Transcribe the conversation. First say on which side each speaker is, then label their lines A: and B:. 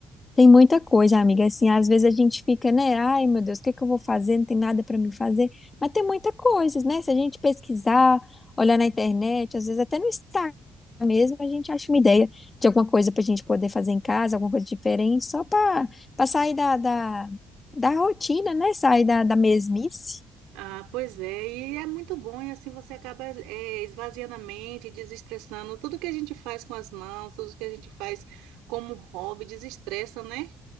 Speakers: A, on the left; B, on the right.
A: Tem muita coisa, amiga. Assim, às vezes a gente fica, né? Ai, meu Deus, o que que eu vou fazer? Não tem nada para mim fazer. Mas tem muita coisa, né? Se a gente pesquisar, olhar na internet, às vezes até no Instagram mesmo, a gente acha uma ideia de alguma coisa para a gente poder fazer em casa, alguma coisa diferente, só para para sair da, da, da rotina, né? Sair da, da mesmice.
B: Ah, pois é, e é muito bom, e assim você acaba eh, esvaziando a mente, desestressando. Tudo que a gente faz com as mãos, tudo que a gente faz como hobby, desestressa, né?